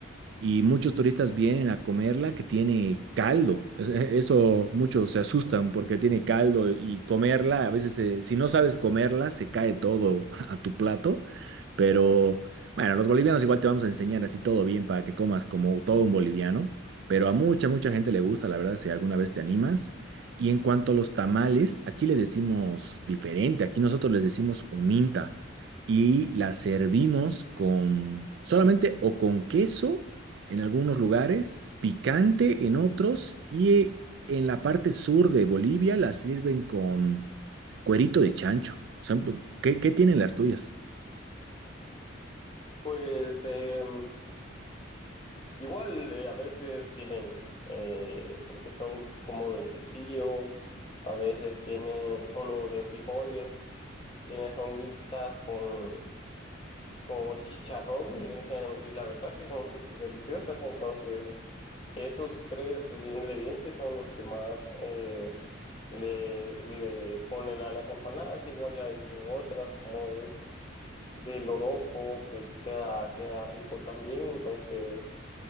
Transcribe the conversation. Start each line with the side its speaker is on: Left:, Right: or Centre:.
Right: y muchos turistas vienen a comerla que tiene caldo. Es- e- Eso muchos se asustan porque tiene caldo y comerla, a veces se- si no sabes comerla, se cae todo <laughs> a tu plato, pero bueno, los bolivianos igual te vamos a enseñar así todo bien para que comas como todo un boliviano, pero a mucha, mucha gente le gusta, la verdad, si alguna vez te animas. Y en cuanto a los tamales, aquí le decimos diferente, aquí nosotros les decimos huminta y la servimos con solamente o con queso en algunos lugares, picante en otros y eh, en la parte sur de Bolivia la sirven con cuerito de chancho. Son- ¿Qué, qué tienen las tuyas?
Left: Pues eh, igual eh, a veces tienen, eh, son como de quesillo, a veces tienen solo de frijoles, tienen, son mixtas con, con chicharrón, le dicen, y la verdad que son súper deliciosas, entonces esos tres ingredientes son los que más... eh, le, le ponen a las empanadas, igual hay de otras, como es del oroco, que queda, queda rico también. Entonces,